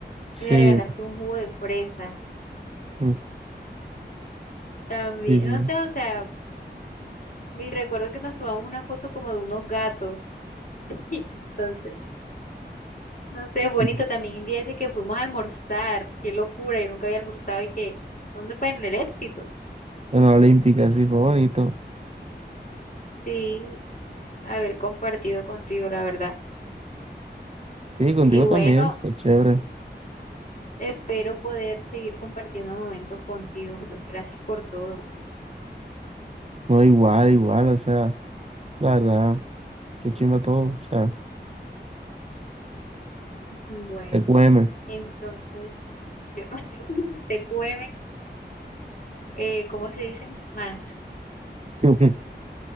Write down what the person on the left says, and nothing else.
Y me regalaste un jugo de fresa
también.
No sé, o sea, y recuerdo que nos tomamos una foto como de unos gatos. <laughs> Entonces, no sé, es bonito
también el día ese que fuimos a almorzar. Qué locura, yo nunca había almorzado y que, ¿dónde fue? En el Éxito.
Sí, haber compartido contigo, la verdad.
Y bueno,
espero poder seguir compartiendo momentos contigo. Pues, Gracias por todo.
Bueno,
entonces yo <laughs> te TQM, eh, ¿cómo se dice? Más.